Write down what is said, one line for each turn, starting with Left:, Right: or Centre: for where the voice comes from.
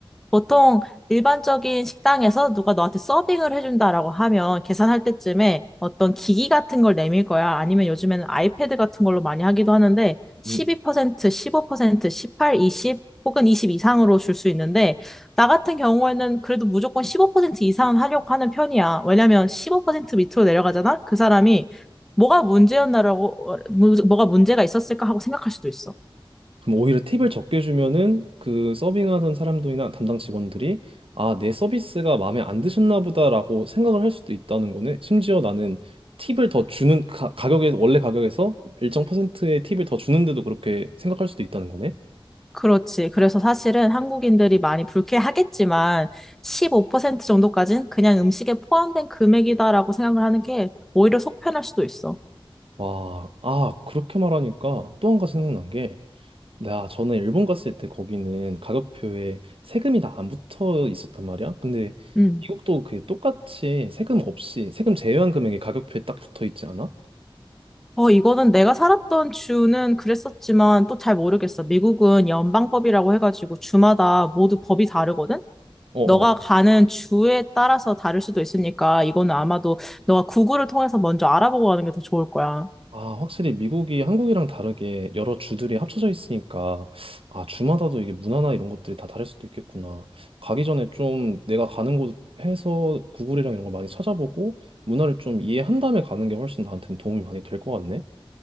Centre: 보통 일반적인 식당에서 누가 너한테 서빙을 해준다라고 하면 계산할 때쯤에 어떤 기기 같은 걸 내밀 거야. 아니면 요즘에는 아이패드 같은 걸로 많이 하기도 하는데, 12%,
Right: 음.
Centre: 15%, 18, 20, 혹은 20 이상으로 줄 수 있는데, 나 같은 경우에는 그래도 무조건 15% 이상은 하려고 하는 편이야. 왜냐면 15% 밑으로 내려가잖아? 그 사람이 뭐가 문제였나라고, 뭐- 뭐가 문제가 있었을까 하고 생각할 수도 있어.
Right: 그럼 오히려 팁을 적게 주면은 그 서빙하던 사람들이나 담당 직원들이 아, 내 서비스가 마음에 안 드셨나 보다라고 생각을 할 수도 있다는 거네. 심지어 나는 팁을 더 주는 가, 가격에 원래 가격에서 일정 퍼센트의 팁을 더 주는데도 그렇게 생각할 수도 있다는 거네.
Centre: 그렇지. 그래서 사실은 한국인들이 많이 불쾌하겠지만 15% 정도까지는 그냥 음식에 포함된 금액이다라고 생각을 하는 게 오히려 속편할 수도 있어.
Right: 와, 아, 그렇게 말하니까 또 한 가지 생각난 게 네, 아, 저는 일본 갔을 때 거기는 가격표에 세금이 다 안 붙어 있었단 말이야. 근데
Centre: 음.
Right: 미국도 그게 똑같이 세금 없이 세금 제외한 금액이 가격표에 딱 붙어 있지 않아?
Centre: 어, 이거는 내가 살았던 주는 그랬었지만 또 잘 모르겠어. 미국은 연방법이라고 해가지고 주마다 모두 법이 다르거든?
Right: 어어.
Centre: 너가 가는 주에 따라서 다를 수도 있으니까 이거는 아마도 너가 구글을 통해서 먼저 알아보고 가는 게 더 좋을 거야.
Right: 아, 확실히 미국이 한국이랑 다르게 여러 주들이 합쳐져 있으니까 아, 주마다도 이게 문화나 이런 것들이 다 다를 수도 있겠구나. 가기 전에 좀 내가 가는 곳 해서 구글이랑 이런 거 많이 찾아보고 문화를 좀 이해한 다음에 가는 게 훨씬 나한테는 도움이 많이 될 것 같네.